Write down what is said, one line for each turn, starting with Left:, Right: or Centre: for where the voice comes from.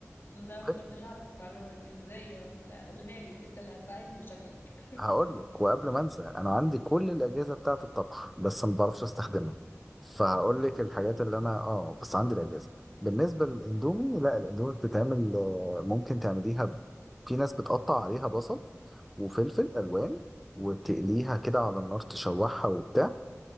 Left: لا
Centre: وغير-
Left: ما كنتش اعرف المعلومة دي ازاي يعني لا قولها لي انت اللي هتساعدني شكلك <laughs>
Centre: هقول لك وقبل ما انسى انا عندي كل الاجهزه بتاعه الطبخ بس ما بعرفش استخدمها فهقول
Left: الله
Centre: لك الحاجات اللي انا اه بس عندي الاجهزه بالنسبه للاندومي لا الاندومي بتتعمل آه، ممكن تعمليها ب- في ناس بتقطع عليها بصل وفلفل الوان وتقليها كده على النار تشوحها وبتاع